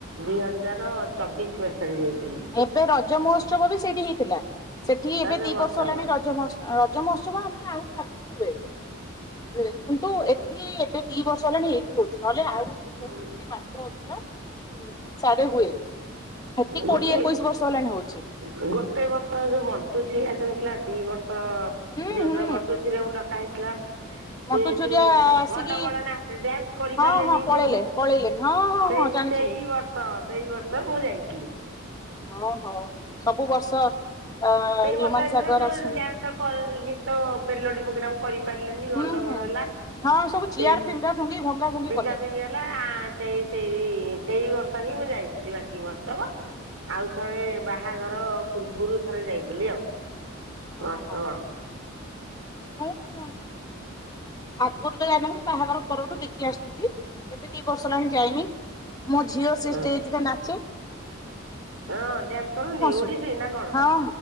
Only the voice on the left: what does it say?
ଏବେ ରଜ ମହୋତ୍ସବ ବି ସେଇଠି ହେଇଥିଲା ସେଠି
ଏବେ ଦି
ବର୍ଷ ହେଲାଣି ରଜ ମହୋତ୍ସବ ରଜ ମହୋତ୍ସବ ଆମେ ଆହୁରି ଆଗକୁ <unintelligible> କିନ୍ତୁ ଏଠି ଏବେ ଦି ବର୍ଷ ହେଲାଣି ଏଇଠି ହଉଛି ନହେଲେ ଆଉ ଗୋଟେ
କଁ ହଉଥିଲା ସାଡେ ହୁଏ ଏଠି
କୋଡିଏ ଏକୋଇଶି ବର୍ଷ ହେଲାଣି ହଉଛି।
ହୁଁ
ହୁଁ
ମଣ୍ଟୁ ଝୁରିଆ
ଆସିକି
ହଁ ହଁ ପଳେଇଲେ
ପଳେଇଲେ ହଁ ହଁ
ହଁ ଜାଣିଥିଲୁ
ହଁ ହଉ ସବୁ ବର୍ଷ ଏଁ ହ୍ୟୁମାନ
ସାଗର
ଆସୁ
ହୁଁ ହୁଁ
ହଁ ସବୁ ଚେୟାର
ଫିଙ୍ଗା ଫୁଙ୍ଗି ଭଙ୍ଗା ଭୁଙ୍ଗି
କଲେ
ହଁ ହଁ। <unintelligible> ଆଗରୁ ତ ଯାଇନଥିଲି ବାହାଘର ପର ଠୁ ଦେଖି ଆସୁଥିଲି ଏବେ ଦି ବର୍ଷ ହେଲାଣି ଯାଇନି ମୋ ଝିଅ ସେ
ଆଜି କା ଟା ନାଚେ
<unintelligible>
ହଁ।